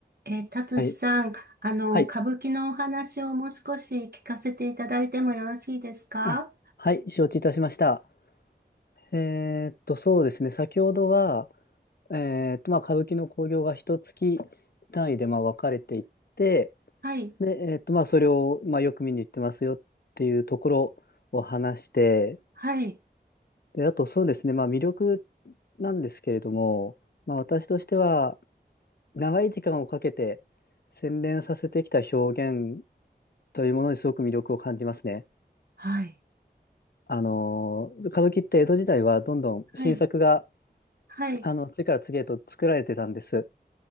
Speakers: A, on the right (about 65°); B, on the left (about 70°).
A: えー、達志さん、
B: はい。
A: あの、
B: はい。
A: 歌舞伎のお話をもう少し聞かせていただいてもよろしいですか
B: あ、はい。承知いたしました。えーっと、そうですね。先ほどは、えーっと、まあ、歌舞伎の興行が一月単位で、まあ、分かれていって、
A: はい、
B: で、えーっと、まあ、それを、まあ、よく見に行ってますよっていうところを話して、
A: はい、
B: で、あと、そうですね。まあ、魅力なんですけれども、まあ、私としては、長い時間をかけて洗練させてきた表現というものにすごく魅力を感じますね。
A: はい、
B: あのー、歌舞伎って江戸時代はどんどん新作が、
A: はい、はい、
B: あの、次から次へと作られてたんです。